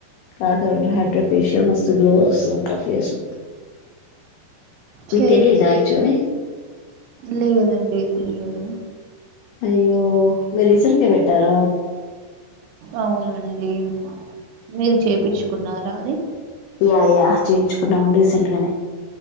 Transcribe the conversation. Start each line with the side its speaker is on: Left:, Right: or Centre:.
Left: క హైడ్ర ఫేషియల్ మ గ్లో వస్తుందింట ఫేస్ మీ
Right: చే
Left: తెలిదా ఆక్చువలీ
Right: లేదండి తెలియదు
Left: అయ్యో మీ రీసెంట్ గా పెట్టార
Right: అవునండి మీరు చేయిచ్చుకున్నారా అని
Left: యా యా చేపిచ్చుకున్నా రసెంట్గానే